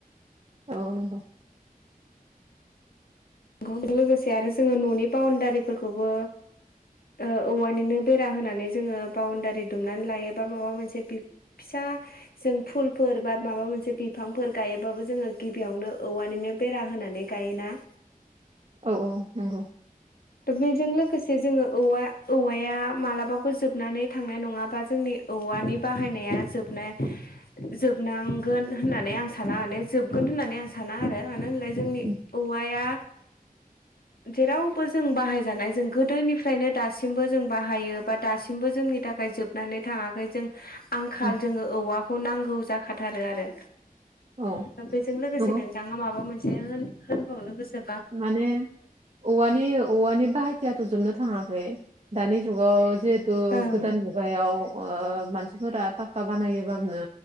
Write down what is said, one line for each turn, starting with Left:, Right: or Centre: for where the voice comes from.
Right: औ नंगौ
Left: बेजों लोगोसे आरो जोङो न'नि बाउणडारिफोरखौबो ओ औवानिनो बेरा होनानै जोङो बाउणडारि दुमनानै लायो बा माबा मोनसे बे फिसा जों फुलफोर बा माबा मोनसे बिफांफोर गायोबाबो जोङो गिबियावनो औवानिनो बेरा होनानै गायोना
Right: औ औ नंगौ
Left: थ' बेजों लोगोसे जोङो औवा औवाया मालाबाबो जोबनानै थांनाय नङाबा जोंनि औवानि बाहायनाया जोबनाय जोबनांगोन होननानै आं साना माने जोबगोन होननानै आं साना आरो मानो होनलाय जोंनि
Right: उम
Left: औवाया जेरावबो जों बाहायजानाय जों गोदोनिफ्रायनो दासिमबो जों बाहायो बा दासिमबो जोंनि थाखाय जोबनानै थाङाखै जों आंखाल
Right: उम
Left: जोङो औवाखौ नांगौ जाखाथारो आरो
Right: औ
Left: दा बेजों लोगोसे
Right: नंगौ
Left: नोंथाङा माबा मोनसे होन‌ होनबावनो गोसो
Right: माने औवानि औवानि बाहायथियाथ' जोबनो थाङाखै दानि जुगाव जिहेतु
Left: ओं
Right: गोदान मुगायाव ओ मानसिफोरा पाक्का बानायोबानो